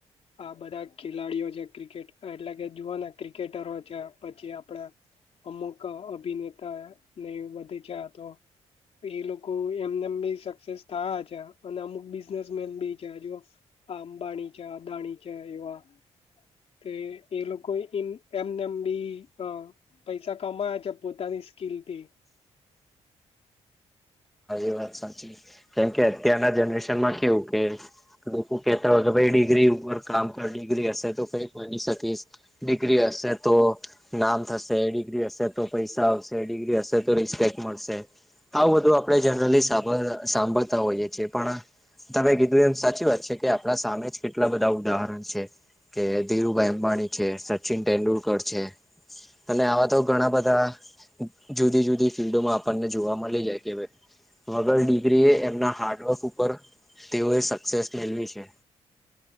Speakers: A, on the left; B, in the centre.
A: આ બધા ખેલાડીઓ છે ક્રિકેટ એટલે કે જુઓને ક્રિકેટરો છે પછી આપણા અમુક અભિનેતા ને એ બધે છે આતો એ લોકો એમનેમ બી સક્સેસ થયા છે. અને અમુક બિઝનેસમેન બી છે જુવો આ અંબાણી છે, અદાણી છે એવા. કે એ લોકો એમનેમ બી અ પૈસા કમાયા છે પોતાની સ્કીલ થી
B: કે વાત સાચી કેમ કે અત્યારના જનરેશનમાં કેવું કે લોકો કેહેતા હોય કે ભાઈ ડિગ્રી ઉપર કામ કર ડિગ્રી હશે તો કઈ બની શકીશ. ડિગ્રી હશે તો નામ થશે, ડિગ્રી હશે તો પૈસા આવશે, ડિગ્રી હશે તો રિસ્પેક્ટ મળશે. આવુ બધું આપણેે જનરલી સાંભ સાંભળતા હોઈએ છીએ પણ તમે કીધું એમ સાચી વાત છે કે આપણા સામે જ કેટલા બધા ઉદાહરણ છે કે ધીરુભાઈ અંબાણી છે, સચિન તેંડુલકર છે. અને આવા તો ઘણા બધા જુદી -જુદી ફિલ્ડોમાં આપણને જોવા મળી જાય કે ભાઈ. વગર ડિગ્રી એ એમના હાર્ડવર્ક ઉપર તેઓએ સક્સેસ મેળવી છે.